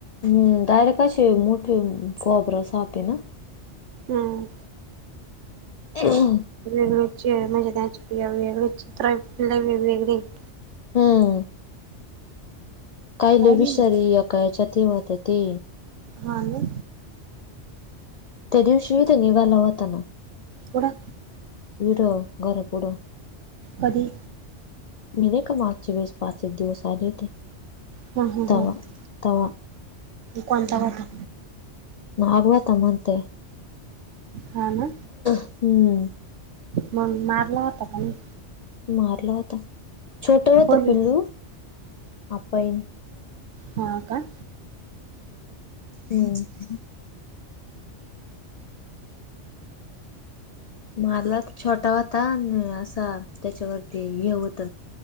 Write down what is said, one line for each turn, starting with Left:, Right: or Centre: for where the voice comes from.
Left: हम डायरेक्ट असे मोठे कोब्रा हाय ना.
Right: हम्म.
Left: हम् <inaudible>
Right: वेग मजचीि वेगळे चित्र फु वेगवेगळे <inaudible>
Left: हम्म कायले
Right: पाहिले
Left: विषारी
Right: ना
Left: याकाळच्या तेवत आहे ते
Right: हा ना.
Left: त्या दिवशी त्या निघाला होताना.
Right: कुठे.
Left: वीड घरपुड.
Right: कधी.
Left: मी नाही का मागच्या वेळेस पाचेच दिवस आले होते
Right: हम्म हम्म
Left: तवा्हा
Right: हम्म
Left: तवा्हा.
Right: कोणता होता.
Left: नाग होता म्हणते
Right: हा ना
Left: हम्म
Right: मग मारला होता का नाही.
Left: मारला वाता चोट वात
Right: कोणी
Left: पिल्ल अ <unintelligible> बाईनी
Right: हा का.
Left: हम्. मारला छोटा होता आणि असा त्याच्यावरती हे होत.